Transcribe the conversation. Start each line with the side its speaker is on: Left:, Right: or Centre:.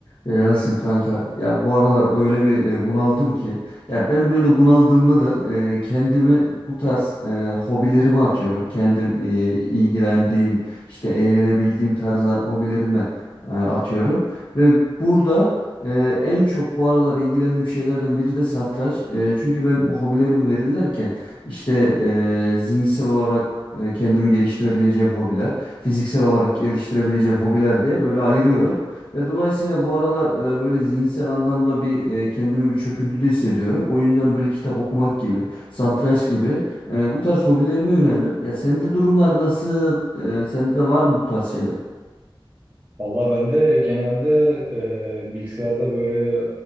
Left: Ya Yasin kanka ya bu aralar öyle bir e, bunaldım ki ya ben böyle bunaldığımda da e, kendimi bu tarz e, hobilerime atıyorum. Kendim e, ilgilendiğim işte eğlenebildiğim tarzda hobilerime e, atıyorum. Ve burada e, en çok bu aralar ilgilendiğim şeylerden biri de satranç. E, çünkü ben bu hobilerimi belirlerken işte e, zihinsel olarak e, kendimi geliştirebileceğim hobiler, fiziksel olarak geliştirebileceğim hobiler diye böyle ayırıyorum. Ve dolayısıyla bu aralar e, böyle zihinsel anlamda bir e, kendimi bir çöküntüde hissediyorum. O yüzden böyle kitap okumak gibi, satranç gibi e, bu tarz hobilerime yöneldim. Ya sende durumlar nasıl? E, sende de var mı bu tarz şeyler?
Right: Valla ben de genelde e, bilgisayarda böyle